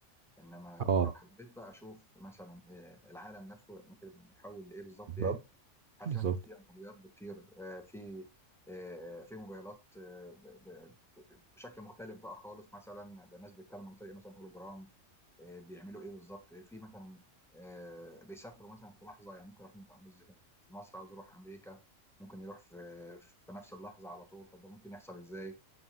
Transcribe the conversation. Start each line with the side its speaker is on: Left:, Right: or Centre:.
Centre: انما
Right: اه
Centre: لو حبيت بقى اشوف مثلا آه، العالم نفسه ممكن يبقى متحول لايه بالظبط
Right: بالظبط
Centre: يعني هتلاقي
Right: بالظبط
Centre: مثلا في عربيات بتطير آه، في آه، في موبايلات آه، ب- ب- بشكل مختلف بقى خالص مثلا يبقى الناس بتتكلم عن طريق مثلا هولوجرام آه، بيعملوا ايه بالظبط آه، في مثلا آه، بيسافروا مثلا في لحظه يعني ممكن واحد عاوز في مصر عاوز يروح امريكا ممكن يروح في في نفس اللحظه على طول طب ده ممكن يحصل ازاي